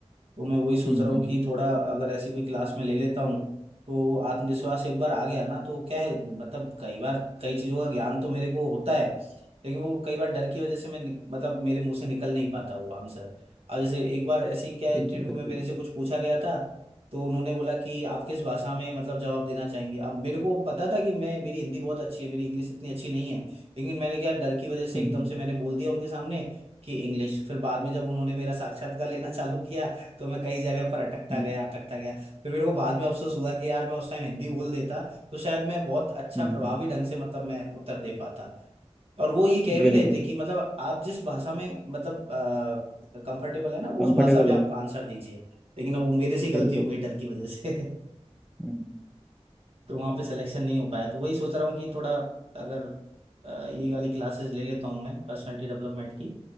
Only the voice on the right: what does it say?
तो मैं वही सोच
रहा
हूँ
कि थोड़ा अगर ऐसी कोई क्लास में ले लेता हूँ तो आत्मविश्वास एक बार आ गया ना तो क्या है मतलब कई बार कई चीज़ों का ज्ञान तो मेरे को होता है लेकिन वो कई बार डर की वजह से मैं निक- मतलब मेरे मुंह से निकल नहीं पाता वो आंसर अब जैसे एक बार ऐसी क्या इंटरव्यू
में
मेरे
से कुछ पूछा गया था तो उन्होंने बोला कि आप किस भाषा में मतलब जवाब देना चाहेंगे अब मेरे को पता था कि मैं मेरी हिंदी बहुत अच्छी है मेरी इंग्लिश इतनी अच्छी नहीं है लेकिन मैंने क्या डर की वजह से
एकदम से मैंने बोल दिया उनके सामने कि इंग्लिश फिर बाद में जब उन्होंने मेरा साक्षात्कार लेना चालू किया तो मैं कई जगह पर अटकता
गया अटकता गया फिर मेरे को बाद में अफसोस हुआ कि यार मैं उस टाइम हिंदी बोल देता तो शायद मैं बहुत अच्छा
प्रभावी ढंग से मतलब मैं उत्तर दे पाता और वो ये कह भी
रहे थे कि मतलब आप जिस भाषा में मतलब कंफर्टेबल है ना वो
उस भाषा में आप
आंसर दीजिए लेकिन अब वो मेरे से ही गलती
हो गई
डर की वजह से
तो वहाँ पे सिलेक्शन नहीं हो पाया तो वही सोच रहा हूँ कि थोड़ा अगर अ, ये वाली क्लासेस ले लेता हूँ मैं पर्सनालिटी डेवलपमेंट की